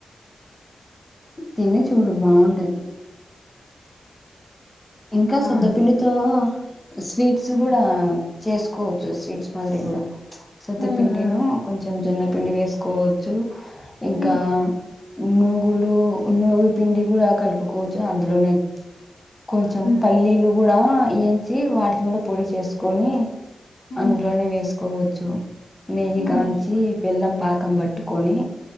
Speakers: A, on the left; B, on the left.
A: తినే చూడు బాగుంటది ఇంకా సొద్దపిల్లితో
B: ఆ!
A: స్వీట్స్
B: హ్మ్.
A: కూడా చేసుకోవచ్చు స్వీట్స్ మాదిరి కూడా సతపిండిను
B: హ్మ్. హ్మ్.
A: కొంచం జన్న పిండి వేసుకోవచ్చు ఇంకా
B: హ్మ్.
A: నువ్గులు నువ్ పిండి కూడా కలుపుకోవచ్చు అందులోనే కొంచెం
B: హ్మ్.
A: పల్లీలు కూడా వంచి వాటిని కూడా పొడి చేసుకొని
B: హ్మ్.
A: అందులోనే వేస్ కోవచ్చు న
B: హ్మ్.
A: కాంచిి బెల్లం పాకం పట్టుకని